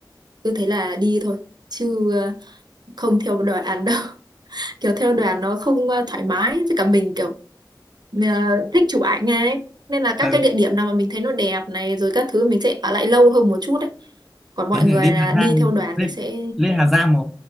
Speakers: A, on the right; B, in the centre.
A: cứ thế là đi thôi chứ ờ, không theo đoàn đâu <laughs> kiểu theo đoàn nó không ờ, thoải mái với cả mình kiểu ờ, thích chụp ảnh ấy nên là các
B: Ừ.
A: cái địa điểm nào mà mình thấy nó đẹp này rồi các thứ mình sẽ ở lại lâu hơn một chút đấy còn mọi
B: thế này
A: người
B: lên
A: là
B: Hà
A: đi
B: Giang
A: theo đoàn
B: lên
A: thì sẽ
B: lên Hà Giang mà